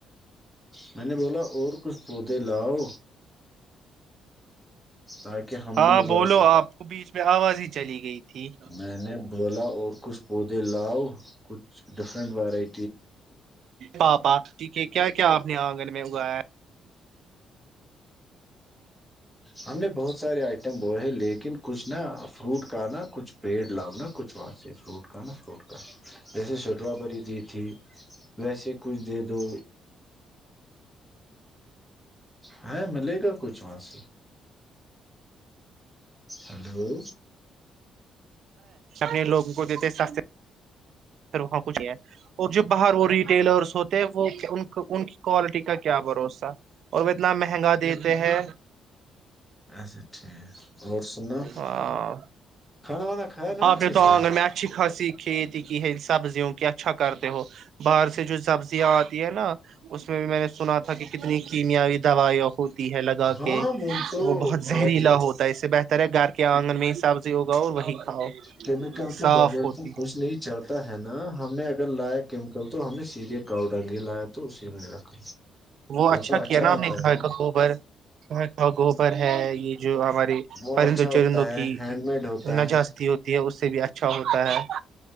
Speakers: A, in the centre; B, on the right.
A: میں نے بولا اور کچھ پودے لاؤ تاکہ ہم
B: ہاں
A: بھی اگاار
B: بولو
A: سکیں
B: آپ کو بیچ میں آواز ہی چلی گئی تھی
A: میں نے بولا اور کچھ پودے لاؤ کچھ ڈفرنٹ وورای
B: پاپا ٹھیک ہے کیا کیا آپ نے آ گن میں اگایا
A: ہم نے بہت سارے آئٹم بوئے ہیں لیکن کچھ نہا فروٹ کا نہا کچھ پیڑ لؤناا کچھ واں سے فروٹ کا نا فروٹ کا جیسے شٹرابری دی تھی ویسے کچھ دے دو ہاں ملے گا کچھ وہاں سے ہلو
B: اپنے لوگوں کو دیتے سستے پھر وہاں کچھ نہیں ہے اور جو باہر وہ ریٹیلرس ہوتے ہیں وہ ان کی کوالٹی کا کیا بھروسہ اور وہ اتنا مہنگا دیتے ہیں
A: اچھا ٹھیک اور سننا
B: ہاں،
A: کھانا وانا کھایا نا
B: آپ
A: اچھھی
B: نے تو
A: سے
B: آنگن میں اچھی خاصی کھیتی ہے سبزیوں کی اچھا کرتے ہو باہر سے جو سبزیاں آتی ہے نا اس میں بھی میں نے سنا تھا کہ کتنی کیمیاوی دوائیاں ہوتی ہے لگا
A: ہاں
B: کے
A: تو
B: وہ بہت زہریلا
A: آج
B: ہوتا ہے اس سے بہتر ہے گھر کیا آنگن میں حساب سے ہوگا اور وہی کھاؤ
A: کیمیکل کے
B: صاف
A: بغیر
B: ہوتی
A: تو کچھ نہیں چل ہے نا ہم نے اگر لایا کیمکل تو ہم نے سیدھے کاؤڈنگ ہی لایا تو اسی میں رکھا
B: وہ اچھا
A: تو
B: کیا نا
A: ہوتا
B: آپنے
A: ہے
B: گھائے
A: نا
B: کا گوبر گھائے کا گو پر ہے یہ جو ہمارے
A: وہ
B: پرندوں
A: اچھا ہوتا
B: چندوں
A: ہے
B: کی
A: ہینڈ میڈ ہوتا
B: نجی
A: ہے
B: ہوتی ہےاس سے بھی اچھا ہوتا ہے